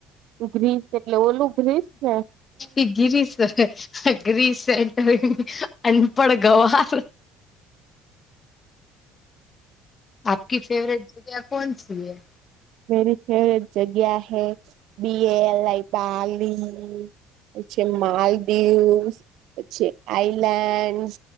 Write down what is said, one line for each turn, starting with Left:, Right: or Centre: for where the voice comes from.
Right: એ ગ્રીસ એટલે ઓલું ગ્રીસ ને
Left: એ ગિરસ ગિશ અ પણ ગવાર આપકી ફેવરેટ જગ્યા કોન સી એ
Right: મેરી ફેવટ જગ્યા હૈ બીએલઈ પલી પ્છ માલદીવ પછી આઈલેન્ડ